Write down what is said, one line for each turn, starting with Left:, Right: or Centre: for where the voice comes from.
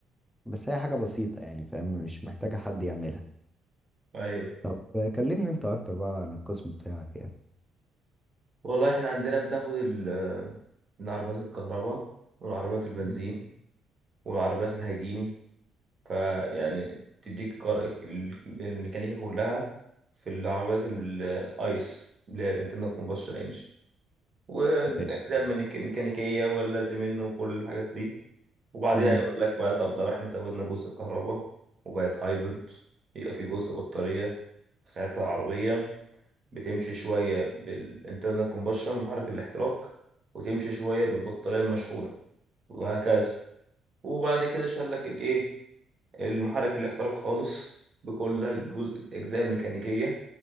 Centre: بس هي حاجة بسيطة يعني فاهم مش محتاجة حد يعملها
Right: أيوه
Centre: طب كلمني انت اكتر بقى عن القسم بتاعك يعني
Right: والله احنا عندنا بناخد ال- من عربيات الكهرباء والعربيات البنزين
Centre: مم.
Right: والعربيات الهجين فيعني تديك قر- ال- الميكانيكا كلها في العربيات ال- الايس اللي هي الانترنال كومبشن انجن واجزاء
Centre: بقيت
Right: الميكانيك- الميكانيكيه واللازم منه وكل الحاجات دي وبعديها
Centre: امم
Right: يقول لك بقى طب لو احنا زودنا جزء كهرباء وبقت هايبرد يبقى في جزء بطاريه فساعتها العربيه بتمشي شوية بالانترنال كومبشن محرك الاحتراق وتمشي شوية بالبطارية المشحونة وهكذا وبعد كده شال لك الايه المحرك الاحتراق خالص بكل الجزء الأجزاء الميكانيكية